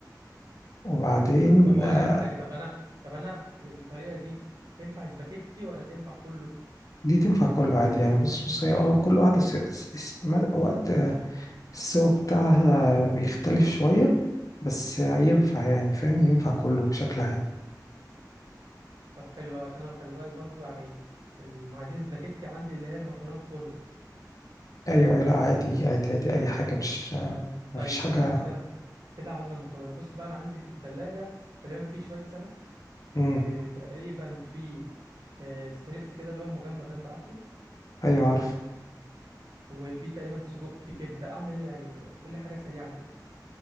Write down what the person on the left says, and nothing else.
وبعدين
آه،
دي تنفع كله عادي يعني بص بص هي اه كل واحدة س- س- س- ما- وقت آه، السوا بتاعها بيختلف شوية بس آه، ينفع يعني فاهم ينفع كله بشكل عام
أيوة أيوة، لا عادي عادي عادي أي حاجة مش آه، مفيش
حاجة
مم.
أيوة عارف